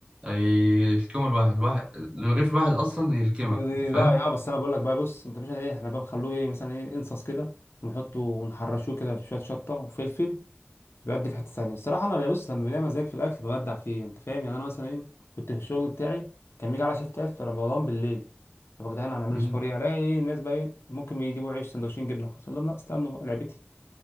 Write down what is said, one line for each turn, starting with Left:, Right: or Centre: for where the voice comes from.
Right: أي- يلكموا الواحد الواحد الرغيف الواحد أصلا يلكمك
Left: لا
Right: أنت فاهم؟
Left: يا بس انا بقول لك بقى بص انت مش ايه احنا بقى بنخلوه ايه مثلا ايه انصص كده ونحطه ونحرشوه كده في شويه شطه وفلفل بيودي في حتة ثانية الصراحة أنا بص لما بلاقي مزاج في الأكل ببدع فيه أنت فاهم يعني أنا مثلا إيه كنت في الشغل بتاعي كان بيجي على شيفتات في رمضان بالليل طب يا جدعان هنعمله
Right: مم.
Left: سحور إيه ألاقي إيه الناس بقى إيه ممكن يجيبوا عيش سندوتشين جبنة خلاص أقول لهم لا استنوا بقى لعبتي